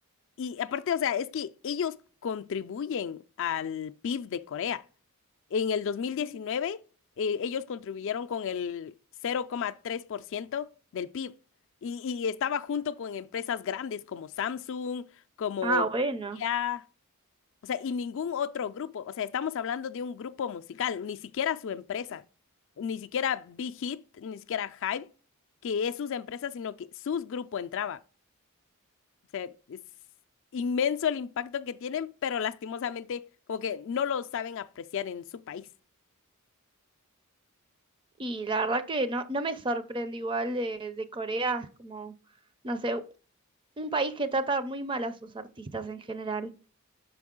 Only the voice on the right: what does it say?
ujú,
ujú.
Ah, bueno.
Y la verdad que no, no me sorprende igual de, de Corea, es como, no sé, un país que trata muy mal a sus artistas en general.